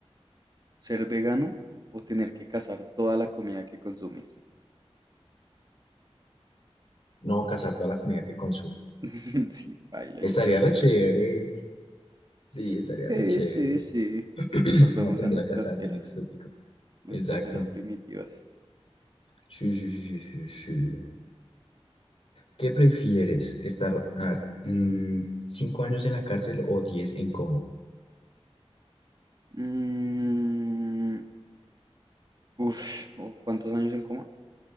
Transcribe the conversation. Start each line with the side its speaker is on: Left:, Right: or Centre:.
Right: ¿Ser vegano o tener que cazar toda la comida que consumes?
Left: No cazar toda la comida que consuma.
Right: <laughs> Sí, paila,
Left: Estaría
Right: yo también.
Left: re chévere. Sí, estaría
Right: Sí,
Left: re chévere.
Right: sí, sí.
Left: <clears throat>
Right: Volvemos
Left: Uno aprender
Right: a nuestras
Left: a cazar bien
Right: eras,
Left: exótico.
Right: nuestras
Left: Exacto.
Right: eras primitivas.
Left: Sí, sí, sí, sí, sí. sí. ¿Qué prefieres? ¿Estar a ver, mm, cinco años en la cárcel o diez en coma?
Right: Mm, uf, ¿o ¿cuántos años en coma?